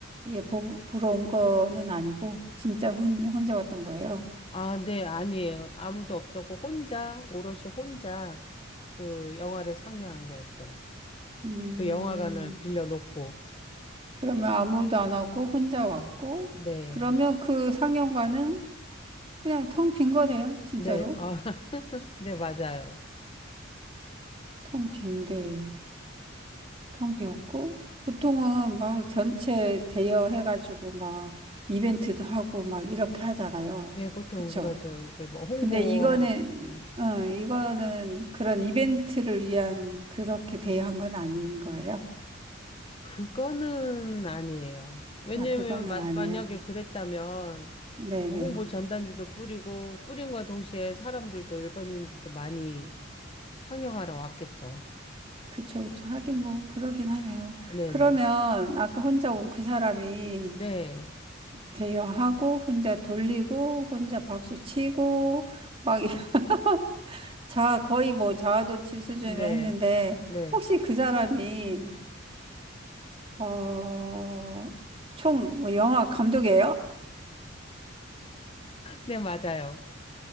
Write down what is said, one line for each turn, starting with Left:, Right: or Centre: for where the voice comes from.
Right: 예, 보, 보러 온 거는 아니고 진짜 혼, 혼자 왔던 거예요.
Left: 아, 네, 아니에요. 아무도 없었고, 혼자, 오롯이 혼자 그 영화를 상영한 거였어요.
Right: 음,
Left: 그 영화관을 빌려놓고.
Right: 그러면 아무도 안 왔고 혼자 왔고
Left: 네.
Right: 그러면 그 상영관은 그냥 텅 빈 거네요. 진짜로
Left: 네, 아, <laughs> 네, 맞아요.
Right: 텅 빈데 텅 비었고 보통은 막 전체 대여해가지고 막 이벤트도 하고 막 이렇게 하잖아요.
Left: 예, 보통
Right: 그쵸?
Left: 그렇죠. 이게 뭐 홍보하는.
Right: 근데 이거는,
Left: 음.
Right: 어, 이거는 그런 이벤트를 위한 그렇게 대여한 건 아닌 거예요?
Left: 그거는 아니에요. 왜냐면,
Right: 아, 그거는
Left: 마,
Right: 아니에요.
Left: 만약에 그랬다면,
Right: 네네.
Left: 홍보 전단지도 뿌리고 뿌린과 동시에 사람들도 일반인들도 많이 상영하러 왔겠죠.
Right: 그쵸, 그쵸. 하긴 뭐, 그러긴 하네요.
Left: 네네.
Right: 그러면 아까 혼자 온 그 사람이
Left: 네.
Right: 대여하고, 혼자 돌리고, 혼자 박수 치고, 막, <laughs> 자, 거의 뭐 자아도취 수준으로
Left: 네.
Right: 했는데,
Left: 네.
Right: 혹시 그 사람이, 어, 총뭐 영화 감독이에요?
Left: 네, 맞아요.